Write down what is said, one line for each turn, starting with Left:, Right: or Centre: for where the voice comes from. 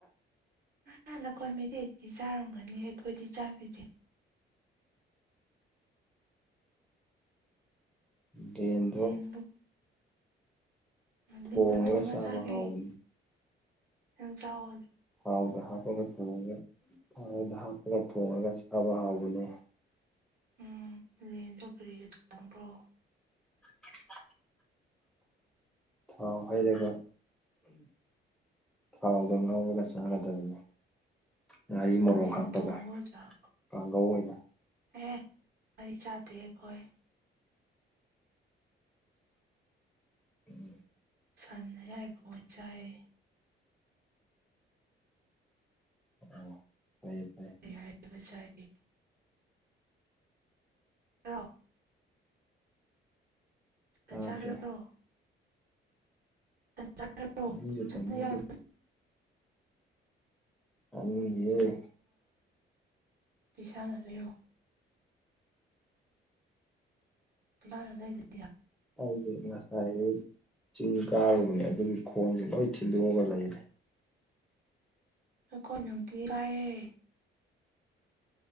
Right: ꯍꯥꯟ ꯅꯈꯣꯏ ꯃꯗꯤꯦꯤ ꯆꯥꯔꯝꯒꯅꯤ ꯑꯩꯈꯣꯏꯗꯤ ꯆꯥꯕꯤꯗꯦ
Centre: ꯗꯦꯟꯗꯣ
Right: ꯂꯦꯟꯕꯨꯛ
Centre: ꯊꯣꯡꯉꯒ
Right: ꯃ ꯀꯅꯒꯥ
Centre: ꯆꯥꯕ
Right: ꯆꯥꯒꯦ
Centre: ꯍꯥꯎꯕꯅꯤ
Right: ꯅꯒ ꯆꯥꯑꯣ
Centre: ꯊꯥꯎꯗ ꯍꯥꯞꯄꯒ ꯊꯣꯡꯉꯒ ꯊꯥꯎꯗ ꯍꯥꯞꯄꯒ ꯊꯣꯡꯉꯒ ꯆꯥꯕ ꯍꯥꯎꯕꯅꯦ
Right: ꯎꯝ ꯂꯦꯟ ꯆꯧ ꯀꯔꯤꯒ ꯆꯪꯕ꯭ꯔꯣ
Centre: <unintelligible> ꯊꯥꯎ ꯍꯩꯔꯒ ꯊꯥꯎꯗꯣ ꯉꯥꯎꯔꯒ ꯆꯥꯒꯗꯕꯅꯤ ꯉꯥꯔꯤ ꯃꯣꯔꯣꯛ
Right: ꯂꯦꯟ
Centre: ꯍꯥꯞꯄꯒ
Right: ꯊꯣꯡꯕꯒ ꯆꯥꯎ
Centre: ꯀꯥꯡꯒꯧ ꯑꯣꯏꯅ
Right: ꯑꯦ ꯉꯔꯤ ꯆꯥꯇꯦ ꯑꯩꯈꯣꯢ
Centre: ꯎꯝ
Right: ꯁꯥꯟ ꯑꯌꯥꯏ ꯕ ꯑꯣꯢ ꯆꯥꯢꯌꯦ
Centre: ꯑꯪ ꯐꯩ ꯐꯩ
Right: ꯌꯥꯢꯕ ꯆꯥꯢꯌꯦ ꯑꯣ <unintelligible>
Centre: ꯇꯥꯗ꯭ꯔꯦ
Right: <unintelligible>
Centre: ꯆꯅꯤꯡꯗꯦ
Right: ꯁꯟ
Centre: ꯆꯅꯤꯡꯗꯦ
Right: ꯑꯌꯥꯏꯕꯔꯣ
Centre: ꯆꯅꯤꯡꯗꯤꯌꯦ
Right: ꯄꯤꯁꯥꯅ ꯂꯩꯌꯣ ꯂꯥꯏꯅ ꯂꯩꯗꯗꯤ ꯌꯥ
Centre: ꯍꯣꯢꯒꯤ ꯉꯁꯥꯏ ꯑꯌꯨꯛ ꯆꯤꯡ ꯀꯥꯔꯨꯕꯅꯦ ꯑꯗꯨꯒꯤ ꯈꯣꯡꯁꯦ ꯂꯣꯏ ꯊꯤꯟꯗꯣꯛꯑꯒ ꯂꯩꯔꯦ
Right: ꯑꯩꯈꯣꯏ ꯅꯨꯡꯇꯤ ꯀꯥꯏꯑꯦ